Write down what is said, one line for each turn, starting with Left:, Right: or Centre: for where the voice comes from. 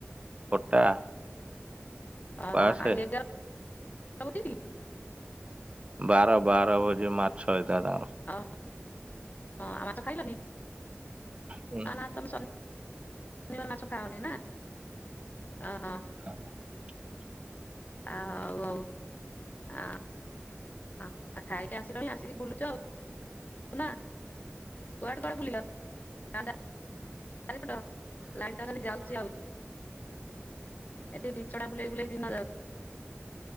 Right: ଖଟା
Left: ଅ
Right: ପାସେ
Left: ଆ ଏଗି <unintelligible>
Right: ବାର ବାର ଭୋଜି ମାଛ <unintelligible>
Left: ଓ ଆ ମାଛ ଖାଇଲାନି
Right: ହୁଁ
Left: ଆ ନା ତମ ଶନି ମାଛ ଖାାଉନି ନା ଅହୋ।
Right: <unintelligible>
Left: ହ ହଉ ଆଉ ହ ଆଉ ଖାଇକି ଆସିଲଣି ଆସିକି ବୁଲୁଛ ଆଉ ନା। କୁଆଡେ କୁଆଡେ ବଲିଲ? <unintelligible> ଖାରପଟ ଲାଇନ ତ ଖାଲି ଯାଉଛି ଆଉ ଏତେ ଦି ଚା ବୁଲେ ଏୁ ଦିନ ଯାଉ